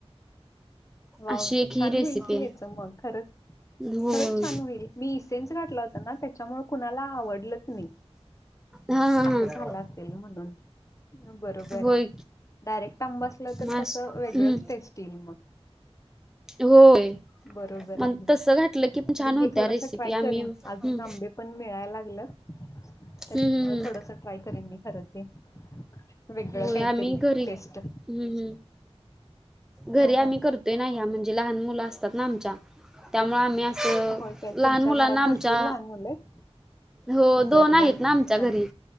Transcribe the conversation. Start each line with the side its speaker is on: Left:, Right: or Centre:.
Left: वाह
Centre: अशी एक
Left: छान
Centre: ही रेसिपी
Left: होईल कि
Centre: आहे
Left: ह्याच मग खरच
Centre: हो
Left: खरच छान होईल मी. सेनस घटला होता ना त्याच्यामुळे कुणाला आवडलच नाही.
Centre: हा हा हा
Left: असं झालं असेल म्हणून बरोबर
Centre: होय
Left: आहे डायरेक्ट आंबासलं तर
Centre: मस्
Left: त्याच वेगळंच
Centre: हम्म
Left: टेस्ट येईल मग..
Centre: होय
Left: बरोबर
Centre: मग
Left: आहे
Centre: तसं घातलं की पण छान
Left: मी
Centre: होत्या
Left: हे थोडसा
Centre: रेसिपी
Left: ट्राय
Centre: आम्ही
Left: करीन
Centre: हम्म
Left: अजून
Centre: हम्म
Left: आंबे पण मिळायला लागले.. त्याच्यामुळे
Centre: हम्म
Left: थोडस ट्राय करेन मी खर वेगळं
Centre: होय
Left: काहीतरी
Centre: आम्ही घरी
Left: टेस्ट
Centre: हम्म हम्म घरी
Left: हां हां
Centre: आम्ही करतोय नाही म्हणजे लहान मुलं असतात ना आमच्या त्यामुळे आ अस
Left: होय काय
Centre: लहान
Left: तुमच्या
Centre: मुलांना
Left: घरात
Centre: आमच्या
Left: भरपूर लहान मुलं आहेत
Centre: हो
Left: बरं
Centre: दोन
Left: बरं
Centre: आहेत ना आमच्या
Left: हां
Centre: घरी